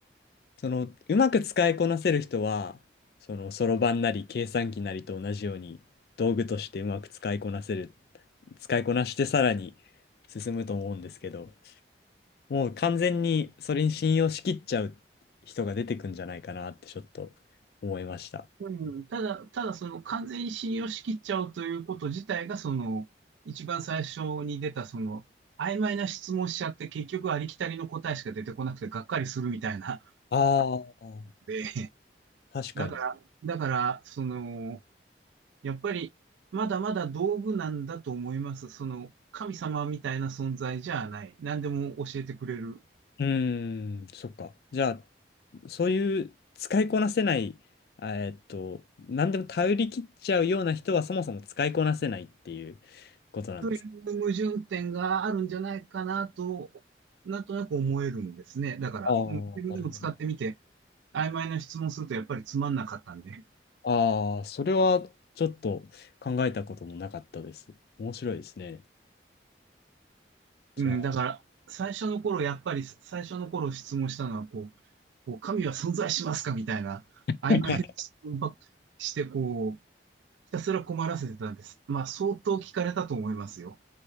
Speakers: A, on the left (about 55°); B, on the right (about 85°).
A: その、うまく使いこなせる人は、その、そろばんなり計算機なりと同じように、道具としてうまく使いこなせる使いこなしてさらに進むと思うんですけど、もう完全にそれに信用しきっちゃう人が出てくんじゃないかなってちょっと思いました。
B: うん、ただ、ただその完全に信用しきっちゃうということ自体が、その、一番最初に出た、その、曖昧な質問しちゃって、結局ありきたりの答えしか出てこなくてがっかりするみたいな、
A: ああ、
B: で、
A: 確かに。
B: だから、だから、その、やっぱり、まだまだ道具なんだと思います。その、神様みたいな存在じゃない。何でも教えてくれる。
A: うーん、そっか。じゃあ、そういう使いこなせない、えーっと、何でも頼り切っちゃうような人はそもそも使いこなせないっていうことなんです。
B: という矛盾点があるんじゃないかなと、なんとなく思えるんですね。だから、
A: ああ、
B: うん自分でも使ってみて、
A: なるほど。
B: 曖昧な質問するとやっぱりつまんなかったんで。
A: ああ、それはちょっと考えたこともなかったです。面白いですね。じゃあ。
B: うん、だから、最初の頃、やっぱり最初の頃質問したのは、こう、こう神は存在しますかみたいな、
A: <laughs>
B: 曖昧な質問ばっかりして、こう、ひたすら困らせてたんです。まあ、相当聞かれたと思いますよ。